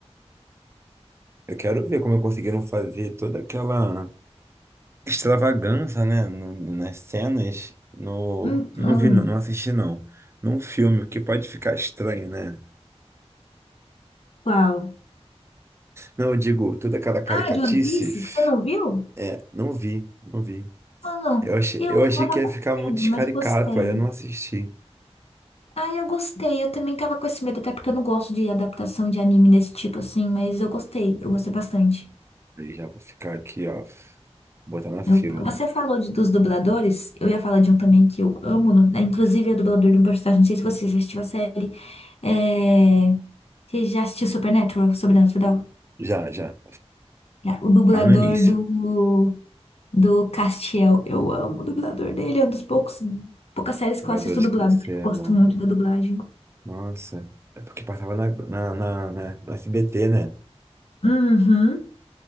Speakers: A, on the right; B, on the left.
A: Eu quero ver como conseguiram fazer toda aquela. extravagância, né, no- nas cenas, no,
B: Então,
A: não vi, não, não assisti, não. Num filme, o que pode ficar estranho, né?
B: qual?
A: Não, eu digo, toda aquela caricatice,
B: Ah, de One Piece? Você não viu?
A: é, não vi, não vi.
B: Mano,
A: Eu achei,
B: eu
A: eu achei
B: tava
A: que
B: com
A: ia ficar
B: medo,
A: muito escaricato,
B: mas gostei.
A: aí eu não assisti.
B: Ah, eu gostei. Eu também tava com esse medo, até porque eu não gosto de adaptação de anime desse tipo assim, mas eu gostei, eu gostei bastante.
A: E já vou ficar aqui, ó, botar na fila.
B: Eu- você falou de- dos dubladores, eu ia falar de um também que eu amo, né? Inclusive é dublador de um personagem, não sei se você já assistiu a série. É... Você já assistiu Supernatural, Sobrenatural?
A: Já, já.
B: Já, O dublador
A: Lá no início.
B: do, do Castiel. Eu amo o dublador dele, é um dos poucos, poucas séries
A: Dubladores
B: que eu assisto dublado,
A: que você
B: porque eu
A: ama.
B: gosto muito da dublagem.
A: Nossa, é porque passava na, na, na, na, na SBT, né?
B: Uhum.